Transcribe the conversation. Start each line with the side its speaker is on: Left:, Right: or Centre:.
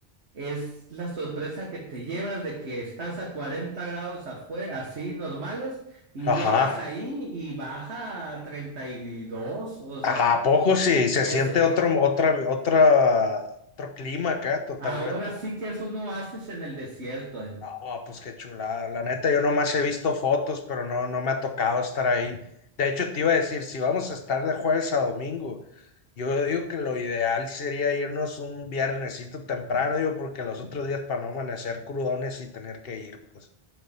Right: es la sorpresa que te llevas de que estás a 40 grados afuera, así normales, y
Left: ajá.
Right: llegas ahí y baja a 32, o sea.
Left: ¿A poco sí? Se
Right: Es,
Left: siente
Right: e-
Left: otro, otra, otra, otro clima acá, totalmente.
Right: Ahora sí que es un oasis en el desierto. eh.
Left: No, pues qué chulada. La neta, yo nomás he visto fotos, pero no, no me ha tocado estar ahí. De hecho, te iba a decir, si vamos a estar de jueves a domingo, yo digo que lo ideal sería irnos un viernesito temprano, digo, porque los otros días para no amanecer crudones y tener que ir, pues,